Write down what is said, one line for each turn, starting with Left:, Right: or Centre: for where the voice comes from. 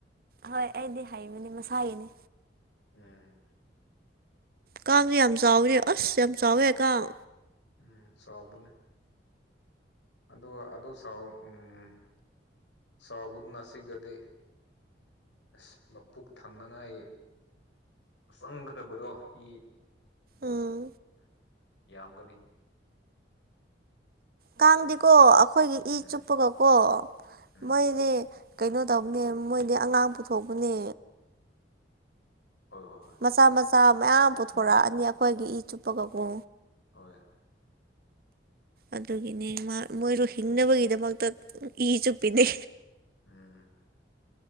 Right: ꯍꯣꯏ ꯑꯩꯗꯤ ꯍꯩꯕꯅꯦ ꯃꯁꯥꯒꯤꯅꯤ꯫
Left: ꯎꯝ꯫
Right: ꯀꯥꯡꯁꯨ ꯌꯥꯝ ꯆꯥꯎꯌꯤꯅꯦ ꯑꯁ ꯌꯥꯝ ꯆꯥꯎꯋꯦ ꯀꯥꯡ꯫
Left: ꯎꯝ ꯆꯥꯎꯕꯅꯦ꯫ ꯑꯗꯨ ꯑꯗꯨ ꯁꯥꯎ ꯎꯝ ꯁꯥꯎꯕꯗꯨ ꯅꯁꯤꯒꯗꯤ ꯑꯁ ꯃꯄꯨꯛ ꯊꯟꯅꯉꯥꯏ ꯆꯪꯒꯗꯕꯗꯣ ꯏ
Right: ꯎꯝ
Left: ꯎꯝ ꯌꯥꯝꯒꯅꯤ꯫
Right: ꯀꯥꯡꯗꯤꯀꯣ ꯑꯈꯣꯏꯒꯤ
Left: ꯎꯝ
Right: ꯏ ꯆꯨꯞꯄꯒꯀꯣ
Left: ꯎꯝ
Right: ꯃꯣꯏꯗꯤ ꯀꯩꯅꯣ ꯇꯧꯕꯅꯦ ꯃꯣꯏꯗꯤ ꯑꯉꯥꯡ ꯄꯨꯊꯣꯛꯄꯅꯦ꯫
Left: ꯍꯣꯏ ꯍꯣꯏ ꯍꯣꯏ
Right: ꯃꯆꯥ ꯃꯆꯥ ꯃꯌꯥꯝ ꯄꯨꯊꯣꯔꯛꯑꯅꯤ
Left: ꯎꯝ
Right: ꯑꯈꯣꯏꯒꯤ ꯏ ꯆꯨꯞꯄꯒꯀꯣ꯫
Left: ꯍꯣꯏ꯫
Right: ꯑꯗꯨꯒꯤꯅꯦ ꯃꯥ-ꯃꯣꯏꯗꯣ ꯍꯤꯡꯅꯕꯒꯤꯗꯃꯛꯇ ꯏ ꯆꯨꯞꯄꯤꯅꯦ꯫
Left: ꯎꯝ꯫